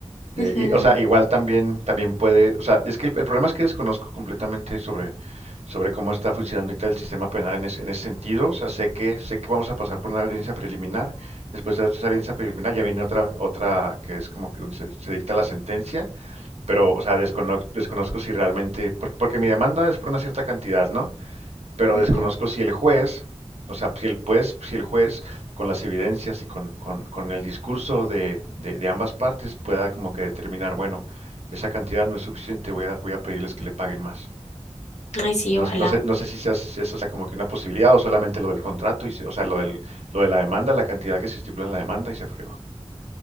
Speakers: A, on the right; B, on the left.
A: Eh,
B: Ujú,
A: y, o sea, igual también, también puede, o sea, es que el, el problema es que desconozco completamente sobre, sobre cómo está funcionando ahorita el sistema penal en ese, en ese sentido. O sea, sé que, sé que vamos a pasar por una audiencia preliminar. Después de esa audiencia preliminar ya viene otra, otra que es como que donde se, se dicta la sentencia. Pero, o sea, descono- desconozco si realmente, porque, porque mi demanda es por una cierta cantidad, ¿no? pero
B: ujú.
A: desconozco si el juez, o sea, si el juez, si el juez con las evidencias y con, con- con el discurso de, de- de ambas partes pueda como que determinar, bueno, esa cantidad no es suficiente, voy a, voy a pedirles que le paguen más.
B: Ay, sí,
A: No,
B: ojalá.
A: no sé, no sé si, sea, si eso sea como que una posibilidad o solamente lo del contrato, y se- o sea, lo del, lo de la demanda, la cantidad que se estipula en la demanda y se fregó.